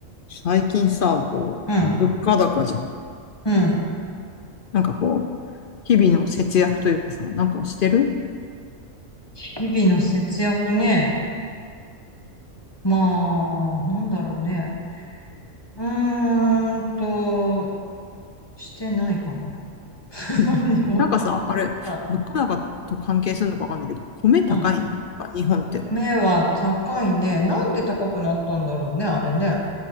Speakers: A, on the left (about 55°); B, on the left (about 20°).
A: 最近さ、こう、
B: うん、
A: 物価高じゃん。
B: うん。
A: なんかこう、日々の節約というかさ、なんかしてる
B: 日々の節約ね。まあ、なんだろうね。うーんと、してないかな。<laughs>
A: うん <laughs>
B: 何も。
A: なんかさ、あれ、
B: うん、
A: 物価高と関係するのかわかんないけど、米高いの日本って。
B: うん。米は高いね。なんで高くなったんだろうね、あれね。